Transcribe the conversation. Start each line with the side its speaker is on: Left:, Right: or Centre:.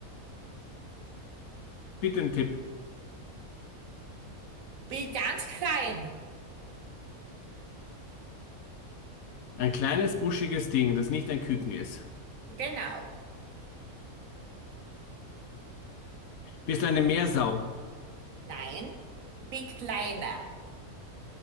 Left: Bitte einen Tipp.
Right: Bin ganz klein.
Left: Ein kleines, buschiges Ding, das nicht ein Küken ist.
Right: Genau.
Left: Bist du eine Meersau?
Right: Nein, bin kleiner.